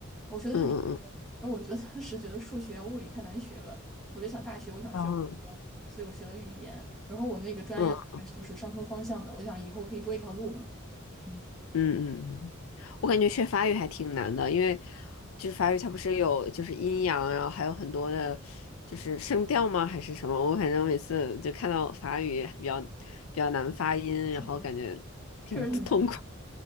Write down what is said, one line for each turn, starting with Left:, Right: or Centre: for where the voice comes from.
Centre: 我学的是理科，
Left: 嗯嗯嗯
Centre: 然后我觉得当时觉得数学啊、物理太难学了，我就想大学我想学文科，
Left: 嗯，嗯
Centre: 所以我学了语言，然后我那个专业的话就是商科方向的，
Left: 嗯
Centre: 我想以后可以多一条路嘛，嗯，
Left: 嗯嗯嗯，我感觉学法语还挺难的，因为就是法语它不是有就是阴阳，然后还有很多的，就是声调吗？还是什么？我反正每次就看到法语比较比较难发音，
Centre: 是读，
Left: 然后感觉挺痛苦
Centre: 确实挺难的。